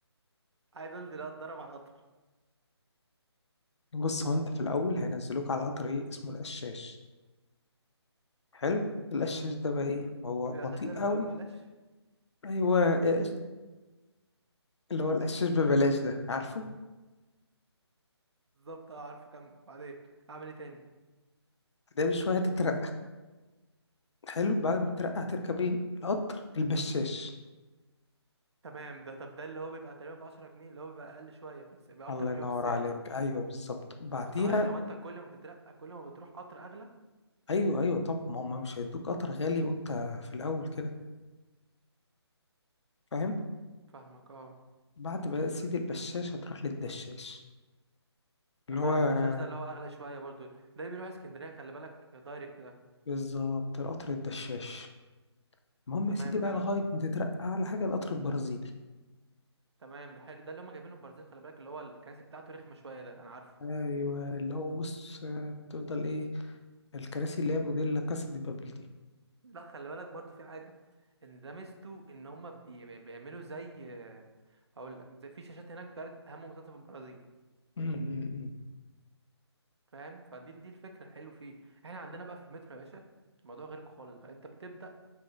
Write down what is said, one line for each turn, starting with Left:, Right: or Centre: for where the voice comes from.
Right: عايز انزل اتدرب على القطر
Left: بص هو انت في الاول هينزلوك على قطر ايه اسمه القشاش حلو القشاش ده بقى ايه هو
Right: الاساس
Left: بطيء
Right: ده اللي
Left: قوي
Right: هو ببلاش
Left: ايوه القش- اللي هو القشاش ببلاش ده عارفه
Right: بالظبط اه عارفه كمل بعدين اعمل ايه تاني
Left: ده بشويه هتترقى حلو بعد ما تترقى هتركب ايه القطر البشاش
Right: تمام ده طب ده اللي هو بيبقى تقريبا ب 10 جنيه اللي هو بيبقى اقل شويه فبيبقى اكتر
Left: الله
Right: في
Left: ينور
Right: شويه في السعر
Left: عليك ايوه بالظبط بعديها
Right: طب بس ثواني هو انت كل ما تترقى كل ما بتروح قطر اغلى
Left: ايوه ايوه طب ما هم مش هيدوك قطر غالي وانت في الاول كده فاهم
Right: فاهمك اه
Left: بعد بقى سيدي البشاش هتروح للدشاش اللي
Right: تمام
Left: هو
Right: الدشاش ده اللي هو اغلى شويه برضو ده اللي بيروح اسكندريه خلي بالك دايركت ده
Left: بالظبط القطر الدشاش المهم
Right: تمام
Left: يا سيدي بقى
Right: كمل
Left: لغاية ما تترقى على حاجة القطر البرازيلي
Right: تمام ده حلو ده اللي هم جايبينه من البرازيل خلي بالك اللي هو الكراسي بتاعته رخمه شويه ده انا عارفه
Left: أيوة اللي هو بص آه، بتفضل إيه الكراسي اللي هي موديل لا كاسا دي بابل دي
Right: لا خلي بالك برضو في حاجه ان ده ميزته ان هم بي... بي- بيعملوا زي هقول لك زي في شاشات هناك بتعرض اهم منتجات في البرازيل
Left: م- م- م.
Right: فاهم فدي دي الفكره حلو فيه احنا عندنا بقى في المترو يا باشا الموضوع غيرك خالص بقى انت بتبدا